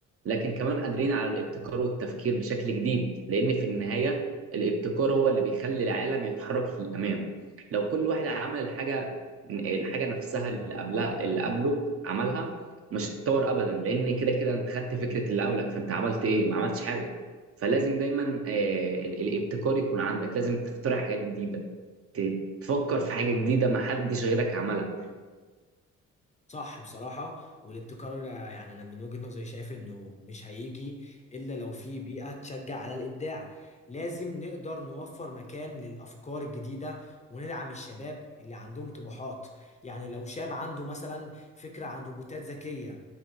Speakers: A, on the right; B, on the left.
A: لكن كمان قادرين على الابتكار والتفكير بشكل جديد لأن في النهاية الابتكار هو اللي بيخلي العالم يتحرك للأمام لو كل واحد عمل الحاجة الحاجة نفسها اللي قبلها اللي قبله عملها مش هتتطور أبدا لأن كده كده أنت خدت فكرة اللي قبلك فأنت عملت إيه؟ ما عملتش حاجة فلازم دايما آه، ال- الابتكار يكون عندك لازم تخترع حاجات جديدة ت- تفكر في حاجة جديدة ما حدش غيرك عملها
B: صح بصراحة والابتكار آه، يعني أنا من وجهة نظري شايف إنه مش هيجي إلا لو في بيئة تشجع على الإبداع لازم نقدر نوفر مكان للأفكار الجديدة وندعم الشباب اللي عندهم طموحات يعني لو شاب عنده مثلا فكرة عن روبوتات ذكية